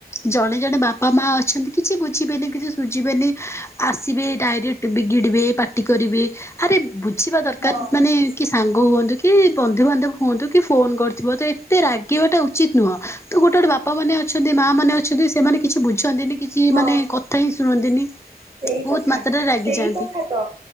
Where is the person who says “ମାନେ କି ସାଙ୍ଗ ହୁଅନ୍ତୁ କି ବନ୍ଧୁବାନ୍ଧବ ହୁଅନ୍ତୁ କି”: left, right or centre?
Left